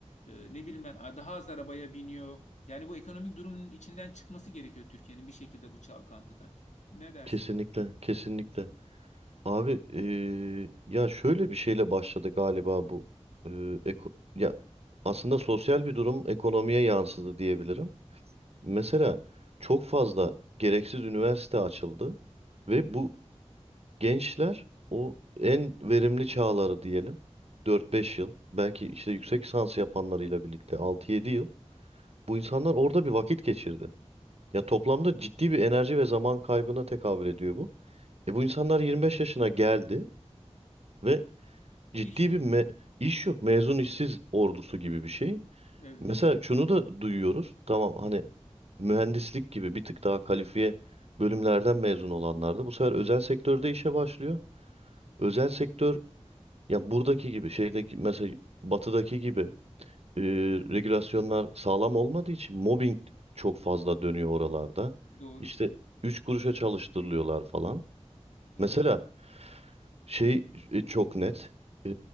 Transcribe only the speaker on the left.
E, ne bileyim ben a- daha az arabaya biniyor. Yani bu ekonomik durumun içinden çıkması gerekiyor Türkiye'nin bir şekilde bu çalkantıdan. Ne dersin?
İş yok.
Evet,
doğrudur.
Evet,